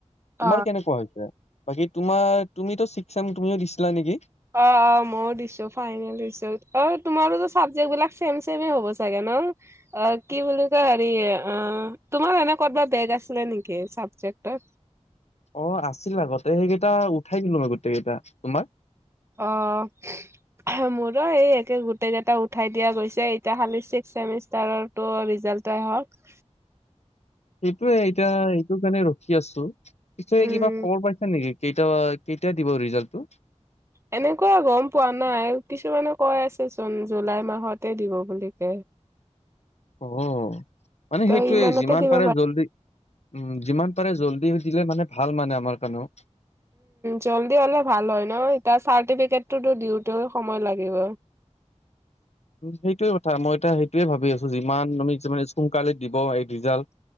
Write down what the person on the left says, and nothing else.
তোমাৰ কেনেকুৱা হৈছে, বাকী তোমাৰ তুমিতো চিকচাম তুমিও দিছিলা নেকি
অ, ' আছিল আগতে, সেইকেইটা উঠাই দিলো মই গোটেই কেইটা তোমাৰ
সেইটোয়ে এতিয়া এইটো কাৰণে ৰখি আছো পিছে
কিবা খবৰ পাইছা নেকি, কেইটা কেইটায়া দিব ৰিজাল্টটো।
অ, ' মানে
সেইটোয়ে,
যিমান
পাৰে জল্দি উম, যিমান পাৰে জল্দি দিলে মানে ভাল মানে আমাৰ কাৰণেও।
সেইটোয়ে কথা, মই এতিয়া সেইটোয়ে ভাবি আছো যিমান আমি মানে সোনকালে দিব এই ৰিজাল্ট